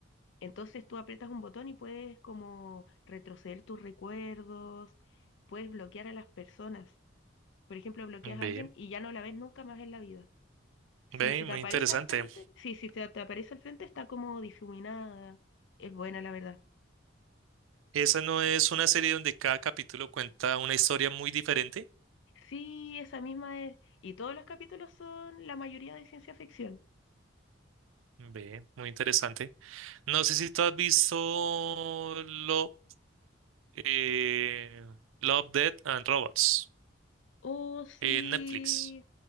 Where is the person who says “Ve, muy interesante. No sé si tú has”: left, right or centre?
Right